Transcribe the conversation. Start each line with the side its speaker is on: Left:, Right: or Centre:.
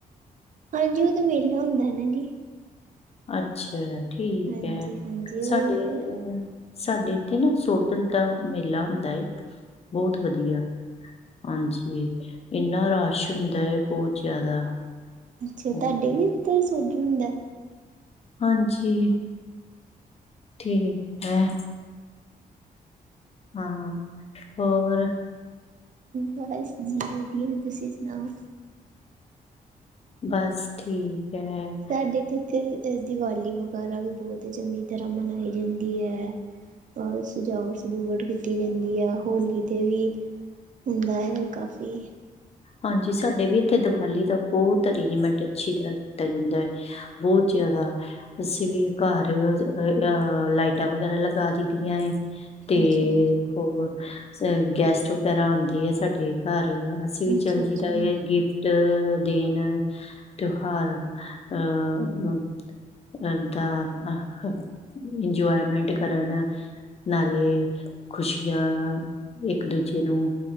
Right: ਹਾਂਜੀ, ਉਹ ਤਾਂ ਮੇਲਾ ਹੁੰਦਾ ਹੈਨਾ ਜੀ।
Left: ਅੱਛਾ, ਠੀਕ
Right: ਹਾਂਜੀ
Left: ਹੈ
Right: ਹਾਂਜੀ
Left: ਸਾਡੇ
Right: ਉਹ ਫਿਰ
Left: ਉਹ ਸਾਡੇ ਇੱਥੇ ਨਾ ਸੋਡਲ ਦਾ ਮੇਲਾ ਹੁੰਦਾ ਬਹੁਤ ਵਧੀਆ। ਹਾਂਜੀ, ਇੰਨਾ ਰਸ਼ ਹੁੰਦਾ ਹੈ ਬਹੁਤ ਜ਼ਿਆਦਾ।
Right: ਅੱਛਾ, ਤੁਹਾਡੇ
Left: ਹਮ,
Right: ਵੀ ਇਥੇ ਸੋਡਲ ਸੋਝ ਹੁੰਦਾ।
Left: ਹਾਂਜੀ। ਠੀਕ ਹੈਂ। ਹਾਂ, ਹੋਰ
Right: ਬਸ ਜੀ ਵਧੀਆ, ਤੁਸੀਂ ਸੁਣਾਓ?
Left: ਬਸ ਠੀਕ ਹੈ।
Right: ਸਾਡੇ ਇਥੇ- ਇੱਥੇ ਦੀਵਾਲੀ ਵਗੈਰਾ ਵੀ ਬਹੁਤ ਚੰਗੀ ਤਰ੍ਹਾਂ ਮਨਾਈ ਜਾਂਦੀ ਹੈ। ਬਹੁਤ ਸਜਾਵਟ-ਸੁਜੁਵਟ ਕੀਤੀ ਜਾਂਦੀ ਹੈ ਹੋਲੀ ਤੇ ਵੀ ਹੁੰਦਾ ਹੈ ਕਾਫੀ
Left: ਹਾਂਜੀ, ਸਾਡੇ ਵੀ ਇੱਥੇ ਦੀਵਾਲੀ ਦਾ ਬਹੁਤ ਅਰੇਂਜਮੈਂਟ ਅੱਛੀ ਤਰ੍ਹਾਂ ਕੀਤਾ ਜਾਂਦਾ ਹੈ। ਬਹੁਤ ਜ਼ਿਆਦਾ। ਅਸੀਂ ਵੀ ਘਰ ਅ ਲਾਈਟਾਂ ਵਗੈਰਾ ਲਗਾ ਦੀਦਿਆ ਵਾ। ਤੇ
Right: ਅੱਛਾ
Left: ਹੋਰ ਅ ਗੈਸਟ ਵਗੈਰਾ ਆਉਂਦੀ ਹੈ ਸਾਡੇ ਘਰ
Right: ਅੱਛਾ
Left: ਚੱਗੀ
Right: ਅੱਛਾ
Left: ਤਰਹ ਗਿਫਟ ਗਿਫਟ ਦੇਨ ਤਿਉਹਾਰ ਅਹ ਕਰਦਾ ਇੰਜੋਏਮੈਂਟ ਕਰਨ ਨਾਲੇ ਖੁਸ਼ੀਆਂ ਇੱਕ ਦੂਜੇ ਨੂੰ